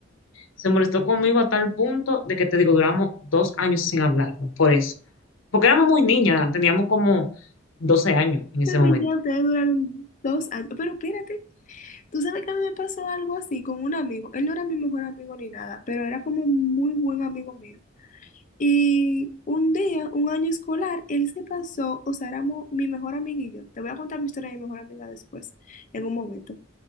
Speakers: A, on the left; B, on the left.
A: Se molestó conmigo a tal punto de que te digo, duramos dos años sin hablarnos, por eso. Porque éramos muy niñas, teníamos como 12 años
B: entonces
A: en ese momento.
B: ya ustedes duraron dos años. Pero espérate, tú sabes que a mí me pasó algo así con un amigo. Él no era mi mejor amigo ni nada, pero era como un muy buen amigo mío. Y un día, un año escolar, él se pasó, o sea, éramos mi mejor amiga y yo. Te voy a contar mi historia de mi mejor amiga después, en un momento.